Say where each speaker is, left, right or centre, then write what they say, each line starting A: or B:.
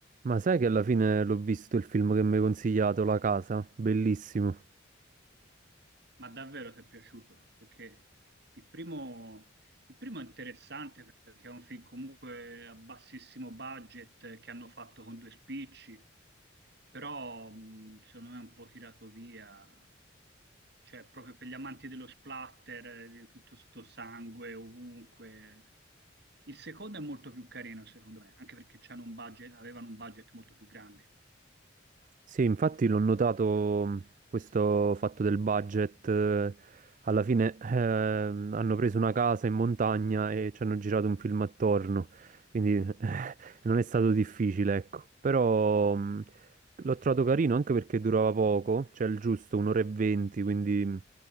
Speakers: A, on the right (about 40°); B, on the right (about 55°).
A: Ma sai che alla fine l'ho visto il film che mi hai consigliato, La casa? Bellissimo.
B: Ma davvero ti è piaciuto? Perché il primo, il primo è interessante perché è un film comunque a bassissimo budget eh, che hanno fatto con due spicci, però mh, secondo me è un po' tirato via, cioè proprio per gli amanti dello splatter, eh, di tutto sto sangue ovunque. Il secondo è molto più carino secondo me, anche perché c'hanno un budget, avevano un budget molto più grande.
A: Sì, infatti l'ho notato mh, questo fatto del budget. eh, Alla fine ehm, hanno preso una casa in montagna e ci hanno girato un film attorno, quindi <laughs> eh, non è stato difficile, ecco. Però mh, l'ho trovato carino anche perché durava poco, cioè il giusto, un'ora e venti, quindi mh,